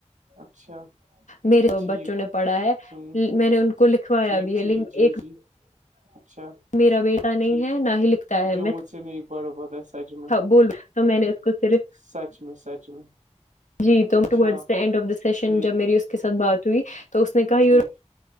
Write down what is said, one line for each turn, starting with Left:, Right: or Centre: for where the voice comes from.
Right: اچھا
Left: میرے
Right: ٹھیک
Left: بچوں نے پڑھا ہے
Right: ہوں
Left: میں نے ان کو لکھوایا
Right: ٹھیک
Left: بھی ہے
Right: ٹھیک
Left: ل
Right: جی
Left: ایک
Right: جی اچھا
Left: میرا بیٹا نہیں
Right: ٹھیک
Left: ہے نہ ہی لکھتا ہے
Right: جو
Left: میں
Right: مجھ سے نہیں پڑ پاتا ہے سچ میں
Left: بول تو میں نے اس کو صرف
Right: سچ میں سچ میں
Left: جی توینڈ
Right: اچھا
Left: آف دا سیشن
Right: ٹھیک
Left: جب میری اس کے ساتھ بات ہوئی تو اس نے کہا ی
Right: ٹھیک